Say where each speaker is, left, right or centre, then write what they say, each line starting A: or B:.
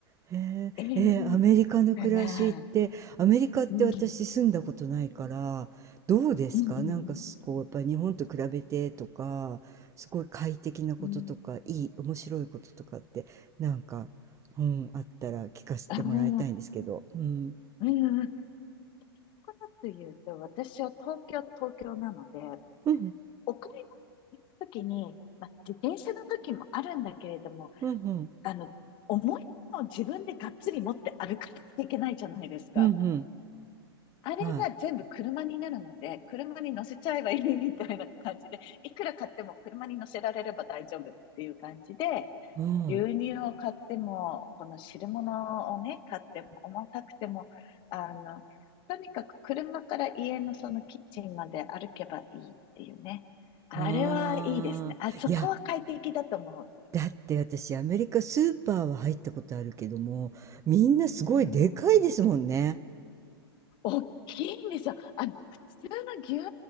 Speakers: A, on the right (about 20°); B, on the left (about 35°).
A: へえ、
B: えー、
A: えーアメリカの暮らしって、
B: どうかな。
A: アメリカって私住んだことないから、
B: うん、
A: どうですかなんかすこう、
B: うん、うん、うん。
A: やっぱり日本と比べてとか、すごい快適なこととか、
B: うん
A: いい、面白いこととかって、なんか、うん、あったら聞かせてもらいたいんですけど。
B: ああ、
A: うん。
B: うん、うんことと言うと、私は東京、東京なので、
A: うん、
B: お買い物に行くときに、まあ、自転車の時もあるんだけれども、
A: うん、うん、
B: あの、重いのを自分でがっつり持って歩かなきゃいけないじゃないですか。
A: うん、うん。
B: あれが全部車になるので、
A: はい。
B: 車に乗せちゃえばいいみたいな感じで、いくら買っても車に乗せられれば大丈夫っていう感じで、
A: うん。
B: 牛乳を買っても、この汁物をね、買っても、重たくても、あの、とにかく車から家のそのキッチンまで歩けばいいっていうね。あれはいいですね。
A: ああ。
B: あそこは快適だと思う。
A: いや、だって私アメリカスーパーは入ったことあるけどもみんなすごいでかいですもんね。
B: うん。大きいんですよ。あの、普通の牛乳